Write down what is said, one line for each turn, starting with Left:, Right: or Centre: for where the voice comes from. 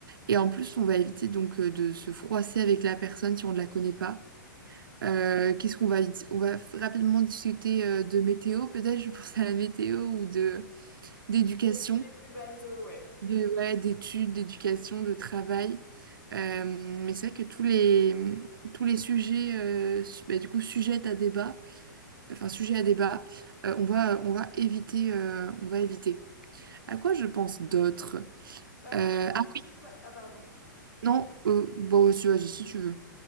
Right: Et en plus, on va éviter donc euh, de se froisser avec la personne si on ne la connaît pas. Euh, qu'est-ce qu'on va, dis- on va rapidement discuter euh, de météo, peut-être, je pense à la météo ou de d'éducation
Left: Les sujets plus bateaux, ouais.
Right: de, ouais, d'études, d'éducation, de travail. Euh, mais c'est vrai que tous les, tous les sujets, euh, su- bah, du coup, sujet à débat, enfin, sujet à débat, euh, on va, on va éviter, euh, on va éviter. À quoi je pense d'autres?
Left: Bah moi,
Right: Euh,
Left: je pensais
Right: ah oui,
Left: pas... Ah, pardon.
Right: non, euh, bon, si, vas si tu veux.